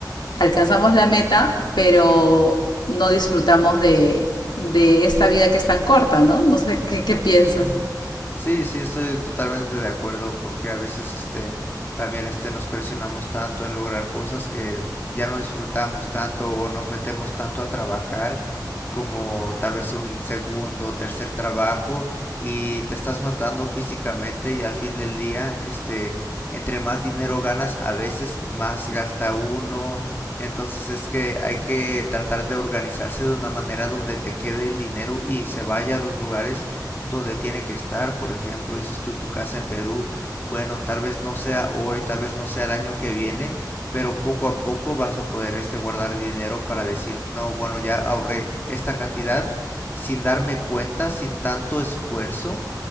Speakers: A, on the left; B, on the left.
A: Alcanzamos la meta, pero no disfrutamos de, de esta vida que es tan corta, ¿no? No
B: Ujú.
A: sé qué, qué piensas.
B: <laughs> Ujú. Sí, sí, estoy totalmente de acuerdo porque a veces este también este nos presionamos tanto en lograr cosas que ya no disfrutamos tanto o nos metemos tanto a trabajar como tal vez un segundo, tercer trabajo y te estás matando físicamente y al fin del día este entre más dinero ganas a veces más gasta uno entonces es que hay que tratar de organizarse de una manera donde te quede el dinero y se vaya a los lugares donde tiene que estar. Por ejemplo, dices tú tu casa en Perú, bueno, tal vez no sea hoy, tal vez no sea el año que viene, pero poco a poco vas a poder este guardar dinero para decir, no, bueno, ya ahorré esta cantidad sin darme cuenta, sin tanto esfuerzo